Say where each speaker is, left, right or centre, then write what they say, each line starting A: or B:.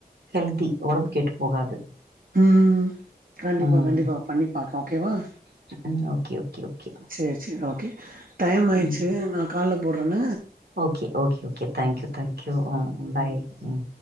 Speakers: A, on the right (about 75°); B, on the right (about 60°).
A: ஹெல்தி ஒடம்பு கெட்டு போகாது
B: ம் கண்டிப்பா
A: ம்
B: கண்டிப்பா பண்ணி பாக்லா ஓகேவா
A: ம் ஓகே ஓகே ஓகே
B: சேர் சேரி ஓகே டைம் ஆய்ர்ச்சி
A: ம்
B: நா கால்ல போட்றன்ன
A: okay okay okay thank you thank you ம் பாய் ம்